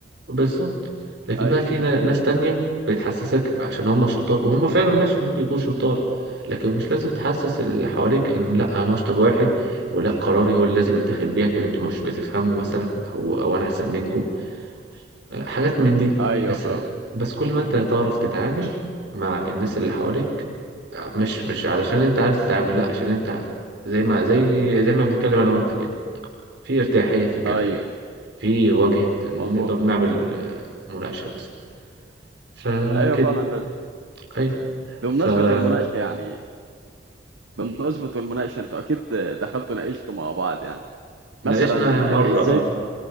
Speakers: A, on the right; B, on the right.
A: بالظبط لكن
B: أيوه
A: بقى في نا- ناس تانية بتحسسك عشان هم شطار وهم فعلا ماشي ممكن يكون شطار لكن مش لازم تحسس اللي حواليك ان لا انا اشطر واحد ولا قراري هو اللي لازم يتاخد بيه عشان انتوا مش بتفهموا مثلا او او انا احسن منكم آه، حاجات من دي
B: أيوه
A: بس
B: فاهم
A: بس كل ما انت تعرف تتعامل مع الناس اللي حواليك آه، مش مش علشان انت عارف تتعامل لا عشان انت زي ما زي زي ما بنتكلم انا وانت كده في ارتياحية في الكلام
B: أيوه
A: في وجهة نقدر
B: مظبوط
A: نعمل آه، مناقشة مثلا فكده
B: أيوه فعلا لازم
A: أيوة
B: بمناسبة
A: فقول
B: المناقشة يعني بمناسبة المناقشة انت اكيد دخلت وناقشت مع بعض يعني
A: ناقشنا
B: مثلا
A: مرة
B: ازاي
A: اه